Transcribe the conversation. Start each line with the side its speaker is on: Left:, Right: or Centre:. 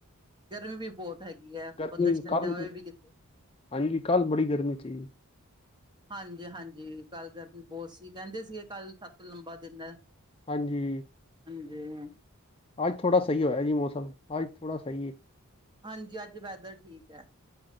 Right: ਗਰਮੀ ਵੀ ਬਹੁਤ ਹੈਗੀ ਹੈ
Left: ਗਰਮੀ
Right: ਬੰਦਾ ਇਸ ਟਾਈਮ
Left: ਕੱਲ
Right: ਜਾਵੇ ਵੀ ਕਿੱਥੇ
Left: ਹਾਂਜੀ ਕੱਲ ਬੜੀ ਗਰਮੀ ਸੀ
Right: ਹਾਂਜੀ ਹਾਂਜੀ ਕੱਲ ਕਰਨ ਬਹੁਤ ਸੀ ਕਹਿੰਦੇ ਸੀਗੇ ਕੱਲ ਸਭ ਤੋਂ ਲੰਬਾ ਦਿਨ ਹੈ।
Left: ਹਾਂਜੀ,
Right: ਹੂੰ,
Left: ਅੱਜ ਥੋੜ੍ਹਾ ਸਹੀ ਹੋਇਆ ਜੀ ਮੌਸਮ ਅੱਜ ਥੋੜ੍ਹਾ ਸਹੀ ਹੈ।
Right: ਹਾਂਜੀ ਅੱਜ ਵੈਦਰ ਠੀਕ ਹੈ,